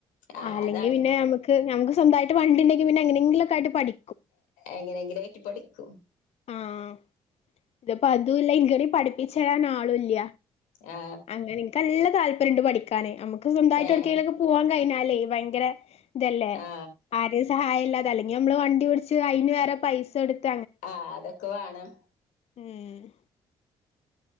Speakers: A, on the left; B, on the left.
A: ആ
B: അല്ലെങ്കിൽ
A: അതാണ്
B: പിന്നെ നമുക്ക് നമുക്ക് സ്വന്തമായിട്ട് വണ്ടിണ്ടങ്കിൽ പിന്നെ എങ്ങനങ്കിലൊക്ക ആയിട്ട് പഠി
A: എങ്ങനെങ്കിലായിട്ട് പഠിക്കും
B: ആഹ ഇതപ്പോ അതൂല്ല ഇങ്ങ പഠിപ്പിച്ച തരാൻ ആളൂല്ല
A: ആ
B: അങ്ങനെ ൻക്ക് നല്ല താല്പര്യം ഉണ്ട് പഠിക്കാൻ നമുക്ക് സ്വന്തമായിട്ട്
A: ഏ
B: എടക്കെലോക്കെ പോവാൻ കഴിഞ്ഞാലേ ഭയങ്കര ഇതല്ലേ
A: ആ
B: ആരും സഹായം ഇല്ലാതെ അല്ലെങ്കിൽ നമ്മള് വണ്ടി ഓടിച്ചു അയ്ന് വേറെ പൈസ എടുത്ത
A: ആഹ അതൊക്കെ വേണം
B: ഏഹ്